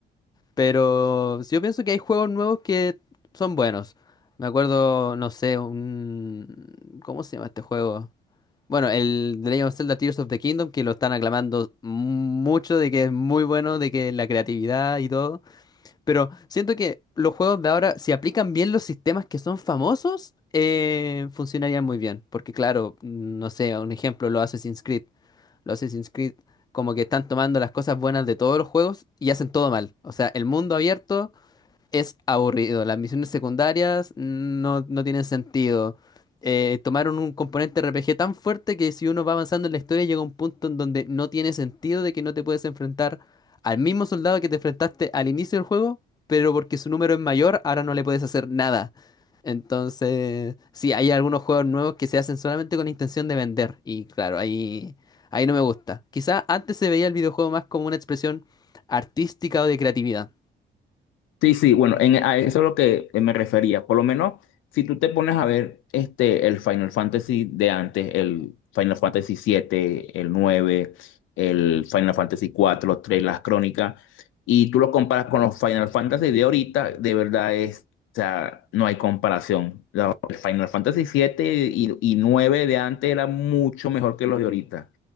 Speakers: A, on the left; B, on the left.
A: Pero yo pienso que hay juegos nuevos que son buenos. Me acuerdo, no sé, un... ¿Cómo se llama este juego? Bueno, el The Legend of Zelda Tears of the Kingdom, que lo están aclamando mucho de que es muy bueno, de que la creatividad y todo. Pero siento que los juegos de ahora, si aplican bien los sistemas que son famosos, eh, funcionarían muy bien. Porque claro, no sé, un ejemplo, los Assassin's Creed. Los Assassin's Creed como que están tomando las cosas buenas de todos los juegos y hacen todo mal. O sea, el mundo abierto, es aburrido. Las misiones secundarias no, no tienen sentido. Eh, tomaron un componente RPG tan fuerte que si uno va avanzando en la historia llega un punto en donde no tiene sentido de que no te puedes enfrentar al mismo soldado que te enfrentaste al inicio del juego, pero porque su número es mayor, ahora no le puedes hacer nada. Entonces, sí, hay algunos juegos nuevos que se hacen solamente con la intención de vender. Y claro, ahí, ahí no me gusta. Quizá antes se veía el videojuego más como una expresión artística o de creatividad.
B: Sí, sí, bueno, en, a eso es lo que eh, me refería. Por lo menos, si tú te pones a ver este, el Final Fantasy de antes, el Final Fantasy siete, el 9, el Final Fantasy 4, los 3 las crónicas, y tú lo comparas con los Final Fantasy de ahorita, de verdad es, o sea, no hay comparación. La- El Final Fantasy siete y, y 9 de antes era mucho mejor que los de ahorita.